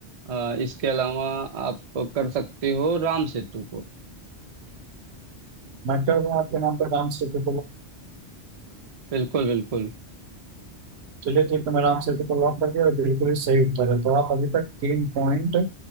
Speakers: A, on the right (about 50°); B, on the right (about 70°).
A: अ, इसके अलावा आप कर सकते हो राम सेतु को
B: मैं कर रहा हूँ आपके नाम पर डांस सीखे।
A: बिल्कुल बिल्कुल
B: चलिए ठीक है मैंने आपसे को लॉक कर दिया और बिल्कुल ही सही उत्तर है तो आप अभी तक तीन पॉइंट